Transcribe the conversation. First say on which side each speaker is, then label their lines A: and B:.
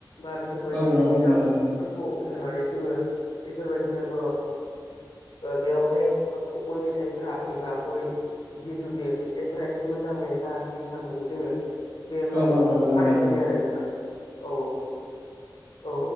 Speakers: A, on the left (about 70°); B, on the right (about 65°).
A: बा बेफोरबायदिनो
B: औ नंगौ
A: जिगाबफोरखौ
B: नोंथां औ
A: लानानै जोङो बेफोरबायदिनो ओ बेयावहाय गय फिथाइफोरा एबा गय जिहेथु बे फिथाइफोरा एसे मोजाङै जाथों साननानै जोङो बे
B: औ
A: माबाखौ
B: औ नंगौ
A: खानाय
B: नोंथां
A: जायो आरो नोंथां औ औ